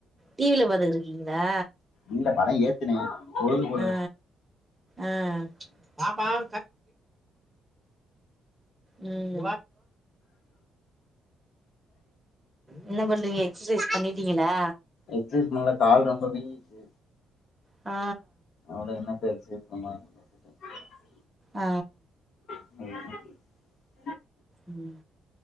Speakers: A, on the right; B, on the left.
A: டிவில பாத்து இருக்கீங்களா
B: இல்ல படோ ஏத்துனே பொழுது போல
A: ஆ ஆ ம் என்ன பண்றீங்க எக்ஸ்சசைஸ் பண்ணிட்டீங்களா
B: எக்சைஸ் பண்ணல கால் ரொம்ப வீங்கிட்டு
A: ஆ
B: அட என்ன பேல் <unintelligible>
A: ஆ
B: ம்
A: ம்